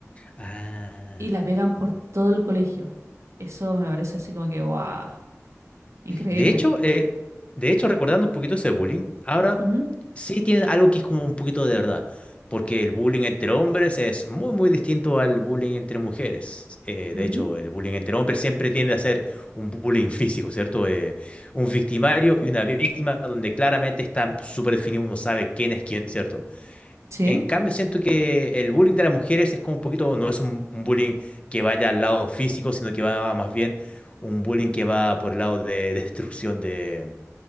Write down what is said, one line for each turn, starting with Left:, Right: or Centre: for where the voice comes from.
Left: Ah.
Right: y la pegan por todo el colegio. Eso me parece así como que, wow, increíble.
Left: De hecho, eh, de hecho, recordando un poquito ese bullying, ahora
Right: Ujú,
Left: sí tiene algo que es como un poquito de verdad, porque el bullying entre hombres es muy, muy distinto al bullying entre mujeres. Eh,
Right: ujú.
Left: de hecho, el bullying entre hombres siempre tiende a ser un bullying físico, ¿cierto? Eh, un victimario y una víctima donde claramente están súper definidos, uno sabe quién es quién, ¿cierto?
Right: Sí,
Left: En cambio, siento que el bullying de las mujeres es como un poquito, no es un, un bullying que vaya al lado físico, sino que va más bien un bullying que va por el lado de destrucción de,